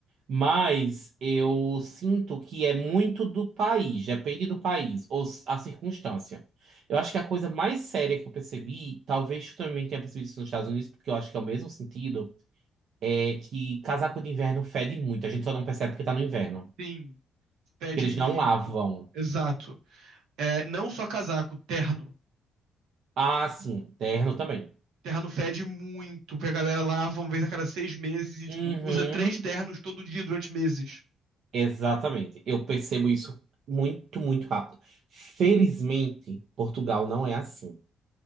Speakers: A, on the right; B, on the right.
A: Mas eu sinto que é muito do país, depende do país, ou s- a circunstância. Eu acho que a coisa mais séria que eu percebi, talvez tu também tenha percebido isso nos Estados Unidos, porque eu acho que é o mesmo sentido, é que casaco de inverno fede muito. A gente só não percebe porque tá no inverno.
B: Sim, fede
A: Porque eles
B: muito.
A: não lavam.
B: Exato. É, não só casaco, terno.
A: Ah, sim, terno também.
B: Terno fede muito, porque a galera lava uma vez a cada seis meses e,
A: Uhum,
B: tipo, usa três ternos todo dia durante meses.
A: exatamente. Eu percebo isso muito, muito rápido. Felizmente, Portugal não é assim.